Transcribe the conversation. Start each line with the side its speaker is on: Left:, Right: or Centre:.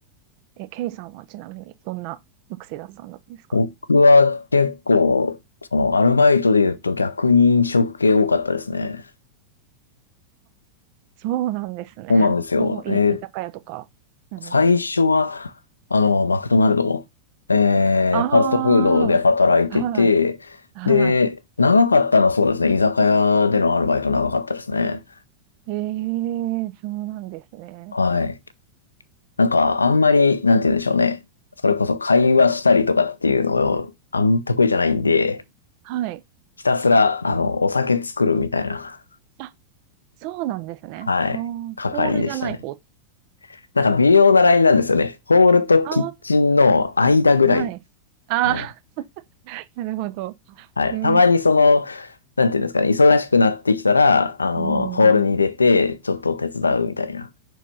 Right: え、ケイさんはちなみに、どんな学生だったんですか
Left: 僕は結構、その、アルバイトで言うと逆に飲食系多かったですね。
Right: そうなんですね。
Left: そうなんですよ。
Right: もうい、
Left: え
Right: 居酒屋とか。うん。
Left: 最初は、あの、マクドナルド、えー、
Right: あ
Left: ファストフードで働いてて、
Right: あ、はい、はい。
Left: で、長かったのはそうですね、居酒屋でのアルバイト長かったですね。
Right: ええ、そうなんですね。
Left: はい。なんか、あんまり、なんて言うんでしょうね。それこそ会話したりとかっていうのを、あんま得意じゃないんで、
Right: はい。
Left: ひたすら、あの、お酒作るみたいな、
Right: あ、そうなんですね。
Left: はい、
Right: うん、
Left: 係でしたね。
Right: ホールじゃない方。
Left: なんか微妙なラインなんですよね。ホールとキッチンの間ぐらい。
Right: ああ、はい。ああ、
Left: はい。
Right: <laughs> なるほど。
Left: はい。
Right: ええ、
Left: たまにその、なんていうんですかね、忙しくなってきたら、あの、
Right: うん。
Left: ホールに出て、ちょっと手伝うみたいな。